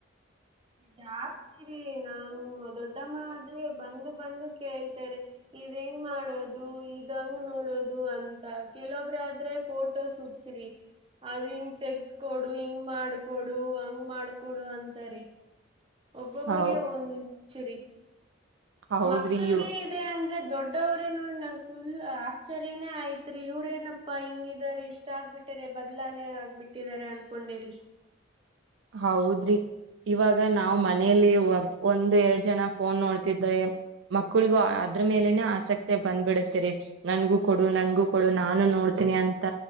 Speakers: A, on the right; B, on the right.
A: ಜಾಸ್ತಿ ರೀ ನಮ ದೊಡ್ಡಮ್ಮ ಆದ್ರೆ ಬಂದು ಬಂದು ಕೇಳ್ತಾರೆ ಇ ಹೆಂಗ್ ಮಾಡೋದು ಇದ್ಂಗ್ ನೋಡೋದು ಅಂತ ಕೆಲೊಬ್ರ ಆದ್ರೆ ಫೋಟೋಸ್ ಹಚ್ಚ್ರಿ ಅದು ಹಿಂಗ್ ತೆಗಕೊಡು ಹಿಂಗ್ ಮಾಡಕೊಡು ಹಂಗ್ ಮಾಡ್ಕೊಡು ಅಂತರಿ ಒಬ್ಬೊಬ್ಬ್ರರಿಗೆ
B: ಹೌ
A: ಒಂದು ಸರಿ
B: ಹೌದ್ರಿ
A: ಮಕ್ಕಲ್ಗೆ
B: ಇವ್
A: ಇದೆ ಅಂದ್ರೆ ದೊಡ್ಡವ್ರೇನು ನ ಫುಲ್ ಆಶ್ಚರ್ಯನೇ ಆಯತ್ರಿ ಇವ್ರೇಏನಪ್ಪಾ ಹಿಂಗಿದಾರೆ ಇಷ್ಟ ಆಗ್ಬಿಟ್ಟ ರ ಬದ್ಲಾನೆ ಆಗ್ ಬಿಟ್ಟಿದಿದ್ದಾರೆ ಅನ್ಕೊಂಡೇರಿ
B: ಹೌದ್ರಿ ಇವಾಗ ನಾವ್ ಮನೇಲಿ ಒಂದ್ ಎರಡ್ ಜನ ಫೋನ್ ನೋಡ್ತಿದ್ರೆ ಮಕ್ಕಳಿಗೂ ಅದ್ರ ಮೇಲೆನೆ ಆಸಕ್ತಿ ಬಂದ್ಬಿಡತರಿ ನನ್ಗೂ ಕೊಡು ನನ್ಗೂ ಕೊಡು ನಾನು ನೋಡ್ ಅಂತ